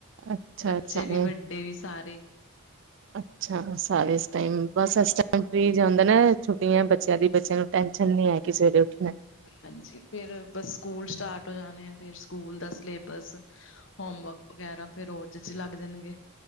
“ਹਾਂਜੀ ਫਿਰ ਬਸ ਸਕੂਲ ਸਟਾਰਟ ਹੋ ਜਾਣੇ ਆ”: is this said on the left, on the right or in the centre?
Left